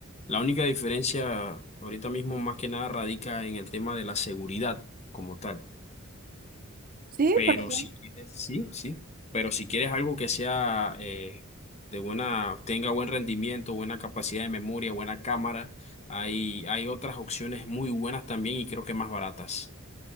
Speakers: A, on the left; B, on the right.
A: La única diferencia ahorita mismo más que nada radica en el tema de la seguridad como tal.
B: Sí,
A: Pero
B: por favor.
A: si quieres, sí, sí. Pero si quieres algo que sea eh, de buena, tenga buen rendimiento, buena capacidad de memoria, buena cámara, hay, hay otras opciones muy buenas también y creo que más baratas.